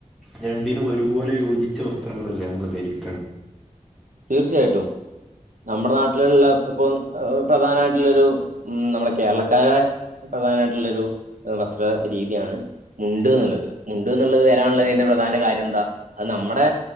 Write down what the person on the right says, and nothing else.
തീർച്ചയായിട്ടും. നമ്മുടെ നാട്ടിലുള്ള ഇപ്പൊ പ്രധാനമായിട്ടുള്ളരു ഉ നമ്മളെ കേരളക്കാരെ. പ്രധാനമായിട്ടുള്ളൊരു വസ്ത്ര രീതിയാണ് മുണ്ട് ന്നുള്ളത്. മുണ്ട് ന്നുള്ളത് വരാനുള്ളതിന്റെ പ്രധാന കാര്യം എന്താ അത് നമ്മുടെ